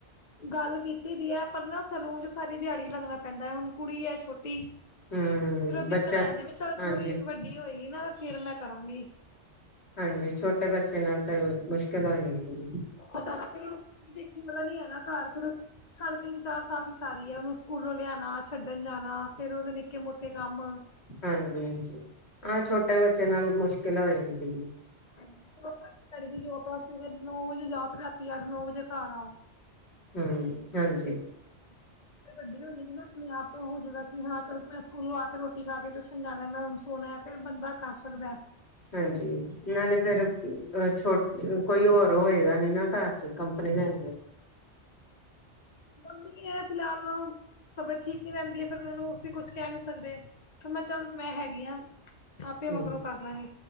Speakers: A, on the left; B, on the left.
A: ਗੱਲ ਕੀਤੀ ਦੀ ਹੈ ਪਰ ਨਾ ਸੈਲੂਨ ਚ ਸਾਰੀ ਦਿਹਾੜੀ ਲੱਗਨਾਂ ਪੈਂਦਾ ਹੈ ਹੁਣ ਕੁੜੀ ਐ ਛੋ ਟੀ
B: ਹੂੰ
A: ਫੇਰ ਉਹ ਦਿੱਕਤ
B: ਬੱਚਾ
A: ਆ ਜਾਂਦੀ ਐ ਵੀ ਚੱਲ
B: ਹਾਂਜੀ-ਹਾਂਜੀ
A: ਥੋੜੀ ਵੱਡੀ ਹੋਏਗੀ ਨਾ ਫਿਰ ਮੈਂ ਕਰਾਂਗੀ
B: ਹਾਂਜੀ ਛੋਟੇ ਬੱਚੇ ਨਾਲ ਤਾਂ ਮੁਸ਼ਕਿਲ ਹੋ ਜਾਂਦੀ ਏ
A: ਉਹਦਾ ਨਾਂ ਫ਼ਿਰ ਦੇਖਣ ਵਾਲਾ ਨੀ ਹੈ ਨਾ ਘਰ ਕਰਨ ਸਾਢੇ ਤਿੰਨ ਚਾਰ ਸਾਲ ਵੀ ਸਾਰੀ ਹੈ ਉਹਨੂੰ ਸਕੂਲੋਂ ਲਿਆਣਾ ਛੱਡਣ ਜਾਣਾ ਫੇਰ ਉਹਦੇ ਨਿੱਕੇ ਮੋਟੇ ਕੰਮ
B: ਹਾਂਜੀ ਆਹ ਛੋਟੇ ਬੱਚੇ ਨਾਲ ਮੁਸ਼ ਕਿਲਾ ਹੋ ਜਾਂਦੀ ਹੈ।
A: ਹਾਂਜੀ ਚਲੋ <unintelligible> ਦੀ ਜੋਬ ਆਂ ਫ਼ਿਰ ਨੋਹ ਵੱਜੇ ਜਾਓ ਫ਼ਿਰ ਰਾਤੀ ਅੱਠ ਨੋਹ ਵਜੇ ਘਰ ਆਓ
B: ਹੂੰ ਹਾਂਜੀ
A: ਥੋੜੀ ਵੱਡੀ ਹੋ ਜੇਗੀ ਨਾ ਆਪਣੇ ਆਪ ਹੋ ਜੇਗਾ ਕਿ ਹਾਂ ਚਲ ਮੈਂ ਸਕੂਲੋ ਆ ਕੇ ਰੋਟੀ ਖਾ ਕੇ ਟਿਊਸ਼ਨ ਜਾਣਾ ਮੈਂ ਹੁਣ ਸੋਣਾ ਫਿਰ ਬੰਦਾ ਕਰ ਸਕਦਾ ਐ
B: ਹਾਂਜੀ ਨਾਲੇ ਫੇਿਰ ਅ ਛੋਟ ਅ ਕੋਈ ਹੋਰ ਹੋਏਗਾ ਨੀ ਨਾ ਘਰ ਚ ਕੰਪਨੀ ਦੇਨ ਨੂੰ
A: ਮੰਮੀ ਹੈ ਫਿਲਹਾਲ ਉਹਨਾਂ ਨੂੰ ਤਬੀਅਤ ਠੀਕ ਨੀ ਰਹਿੰਦੀ ਹੈ ਫ਼ਿਰ ਉਹਨਾਂ ਨੂੰਂ ਅਸੀਂ ਕੁਛ ਕਹਿ ਨੀ ਸਕਦੇ ਕੀ ਮੈਂ ਚੱਲ ਮੈਂ ਹੈਗੀ ਹਾਂ ਆਪੇ
B: ਹਮ
A: ਮਗਰੋਂ ਕਰ ਲਾਂਗੇ